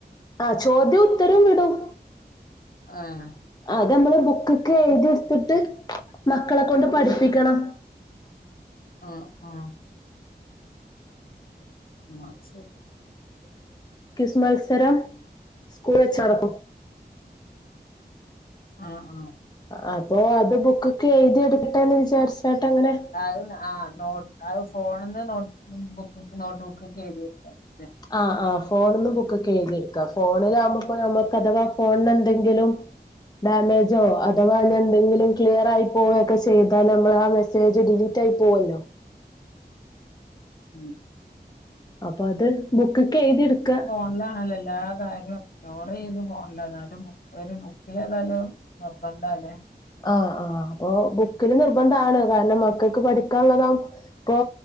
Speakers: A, on the left; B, on the left.
A: ആഹ് ചോദ്യോം ഉത്തരം വിടും
B: ആഹ്
A: അതമ്മള് ബുക്ക്കെ എയ്തി എടുത്തിട്ട് മക്കളെ കൊണ്ട് പഠിപ്പിക്കണം
B: ആഹ് ആഹ് മക്സെ
A: ക്വിസ് മത്സരം സ്കൂൾ വെച്ച്നടക്കും
B: ആഹ് ആഹ്
A: അതോ അത് ബുക്ക്കെ എയ്തി എടുക്കട്ടെന്ന് വിചാരിച്ചാട്ട് അങ്ങനെ
B: അത് ആഹ് നോ ആഗ് ഫോണിന്ന് നോ ബുക്ക് നോട്ട് ബുക്ക്ക്കെ എഴ് <unintelligible>
A: ആഹ് ആ്ഹ് ഫോണൊന്നും ബുക്ക്കെ എയ്തിയെട്ക്കാ ഫോണിലാമ്പോപ്പോ ഞമ്മക്ക് അഥവാ ഫോണണ്ടങ്കിലും ഡാമേജോ അഥവാ ന്നി എന്തെങ്കിലും ക്ലിയർ ആയി പോവെക്ക ചെയ്താലമ്മൾ ആ സേജ ഡിലീറ്റ് ആയി പോവല്ലോ
B: ഉം
A: അപ്പ അത് ബുക്ക്ക്കെ എയ്തി എടുക്ക
B: ള്ളണല്ലോ എല്ലാ കാര്യോം സ്റ്റോറ്യ്ത് പോണില്ല എന്നാലും ബു ഒരു ബുക്ക് ചെയ്താലോ നിർബന്ധാല്ലേ
A: ആഹ് ആഹ് അപ്പൊ ബുക്കില് നിർബന്ധാണ് കാർണം മക്കക്ക് പഠിക്കാള്ളതാ പ്പൊ